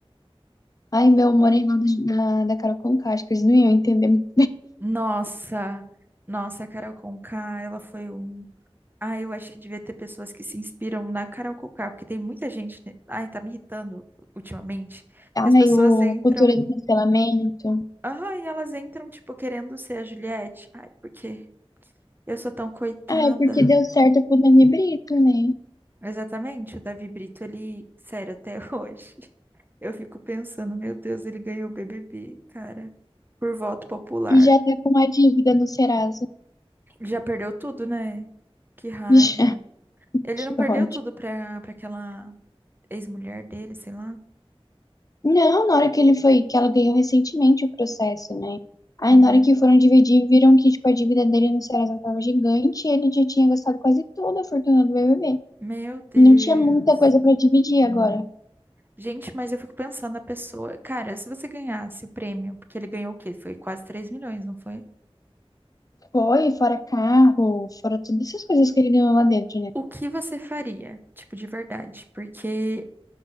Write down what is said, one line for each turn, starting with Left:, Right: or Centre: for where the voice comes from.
Left: Ai, meu moreno da, da Carol Conká, acho que eles não iam entender. muito.
Right: Nossa, nossa, a Carol Conká, ela foi um. Ah, eu acho que devia ter pessoas que se inspiram na Carol Conká, porque tem muita gente. né? Ai, tá me irritando ultimamente, que
Left: Ai,
Right: as pessoas
Left: o
Right: entram.
Left: a cultura do cancelamento.
Right: Ah, e elas entram, tipo, querendo ser a Juliette. Ai, porque eu sou tão coitada.
Left: Ai, porque deu certo pro Dani Brito, né?
Right: Exatamente, o Davi Brito, ele. Sério, até <laughs> hoje. Eu fico pensando, meu Deus, ele ganhou o BBB, cara, por voto popular.
Left: E já tá com uma dívida no Serasa.
Right: Já perdeu tudo, né? Que raiva.
Left: <laughs> Já,
Right: Ele
Left: que
Right: não perdeu
Left: ódio.
Right: tudo pra, pra aquela ex-mulher dele, sei lá.
Left: Não, na hora que ele foi, que ela ganhou recentemente o processo, né? Aí
Right: Uhum.
Left: na hora que foram dividir, viram que tipo, a dívida dele no Serasa estava gigante e ele já tinha gastado quase toda a fortuna do BBB.
Right: Meu Deus.
Left: Não tinha muita coisa para dividir agora.
Right: Gente, mas eu fico pensando, a pessoa. Cara, se você ganhasse o prêmio, porque ele ganhou o quê? Foi quase 3 milhões, não foi?
Left: Foi, fora carro, fora todas essas coisas que ele ganhou lá dentro, né?
Right: O que você faria? Tipo, de verdade. Porque